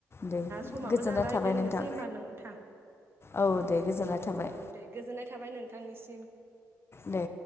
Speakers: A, on the left; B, on the right.
A: दे
B: समाबो
A: गोजोननाय
B: जाबाय
A: थाबाय
B: दोननोसै
A: नोंथां
B: होमबा नोंथां
A: औ दे गोजोननाय थाबाय
B: औ दे गोजोननाय थाबाय नों नोंथांनिसिम।
A: दे।